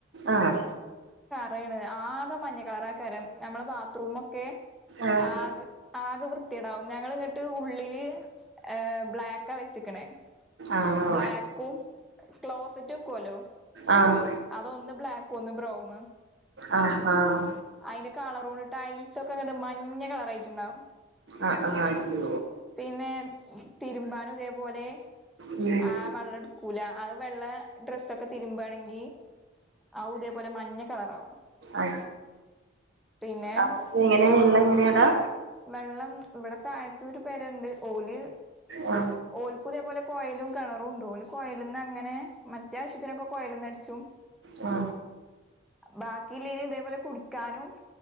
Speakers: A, on the right; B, in the centre.
A: ആഹ്
B: റയ്ണ് ആകെ മഞ്ഞ കളറാക്കാരം നമ്മളെ ബാത്റൂമൊക്കെ
A: ആഹ്
B: ആകെ ആകെ വൃത്തിയേടാവും ഞങ്ങളിങ്ങിട്ട് ഉള്ളില് ഏഹ് ബ്ലാക്കാ വെച്ച്ക്ക്ണ്
A: ആണോ
B: ബ്ലാക്കും ക്ലോസറ്റ്ക്കുവല്ലോ
A: ആഹ്
B: അതൊന്ന് ബ്ലാക്ക് കൊന്ന് ബ്രൗണും ആണ്
A: ആഹ് ആഹ്
B: അയ്ന്റെ കളറോണ്ട് ടൈൽസൊക്കെങ്ങട് മഞ്ഞ കളറായിട്ടുണ്ടാവും
A: ആ ആഹ് അയ്ശോ
B: പിന്നെ തിരുമ്പാനും ഇതേപോലെ
A: ഉം
B: ആ വള്ളട് ക്കൂല അത് വെള്ള ഡ്രെസ്സൊക്കെ തിരുമ്പാണെങ്കി അവു ഇതേപോലെ മഞ്ഞ കളറാവും
A: അ
B: പിന്നെ
A: അപ്പ എങ്ങനെയാ വെള്ള എങ്ങനെയടാ
B: വെള്ളം ഇവിടത്തെ ആയിത്തൂര് പെരണ്ട് ഓല്
A: ആ
B: ഓൽകുതേപോലെ കോയയിലും കിണറും ഉണ്ടാവല് കോയിൽ നിന്ന് അങ്ങനെ മറ്റേ ആവശ്യത്തിനൊക്കെ കോയൽന്ന്
A: ആ
B: ബാക്കില്ല ഇന് ഇതേപോലെ കുടിക്കാനും